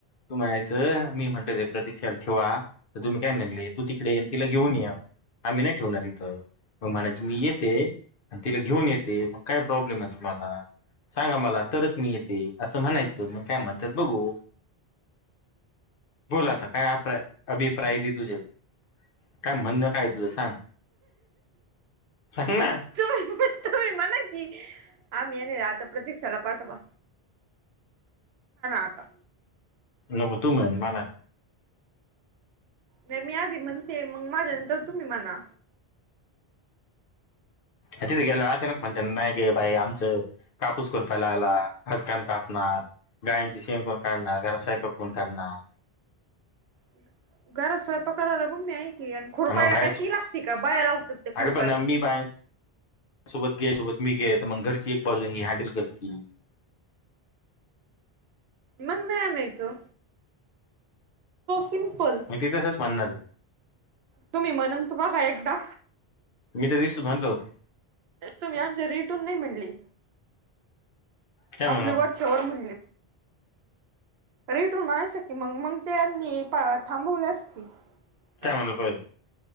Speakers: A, on the left (about 60°); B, on the right (about 75°).
A: तू म्हणांयचं मी म्हणतो ते प्रतिक्षाला ठेवा तर तुम्ही काय म्हणले तू तिकडे ये आणि तिला घेऊन ये आम्ही नाही ठेवणार इथं मग म्हणायच मी येते आणि तिला घेऊन येते मग काय प्रॉब्लेम आहे तुम्हाला सांगा मला तरच मी येते असं म्हणायचं मग काय म्हणतात बघू. बोल आता काय आप्रय अभी प्राय दे तूझे, काय म्हणणं काय तुला सांग सांग ना
B: त तम म न की आम यान राहता प्रतीक सला पातबा आता
A: नक तुम मला
B: नाही मी आधी म्हणते मग माझ्या नंतर तुम्ही म्हणा
A: तिथे गेल्या अचानक म्हणते नाही क बाई आमचं कापूस करपायला आला हजकाम कापणार गायंची शेण कोण काढणार घरात सावयंपाक कोण काढणार
B: हम् घरात स्वयंपा करायला मण मी ऐ की आणि खुरपायला
A: मग
B: काय ती लागते का बाया
A: बाहेर
B: लावतात ते खुरपायला
A: अगं पण मी बाहेर सोबत गे सोबत मी गे तर मग घरची एक बाजू ही हँडल करते
B: मग नाही आणयचं सिम्पल
A: मी तिथेचच म्हणणारी
B: तुम्ही म्हणन तू बघा एकदा
A: मी ते रसस म्हटलं होतं
B: तुमही आमच्या रिटून नाही म्हणली
A: काय म्हणू
B: आपल्या वरच्यावर म्हणले. रेट रून माणायच की मग मग त्यानी थांबवल्या असती.
A: काय
B: हा.
A: म्हणलं पाहिजे